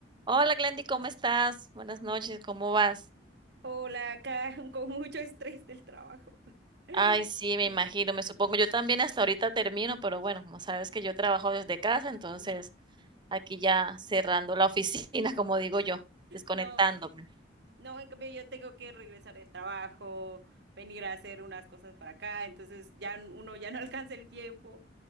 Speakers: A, on the right; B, on the right.
A: Hola Glendy, ¿cómo estás? Buenas noches, ¿cómo vas?
B: Hola, acá <laughs> con mucho estrés del trabajo. <laughs>
A: Ay, sí,
B: Un-
A: me imagino, me supongo. Yo también hasta ahorita termino, pero bueno, como sabes que yo trabajo desde casa, entonces
B: Ujú.
A: aquí ya cerrando la oficina, <laughs> como digo yo, desconectándome.
B: No, no, en cambio yo tengo que regresar del trabajo, venir a hacer unas cosas para acá, entonces ya n- uno ya no <laughs> alcanza el tiempo.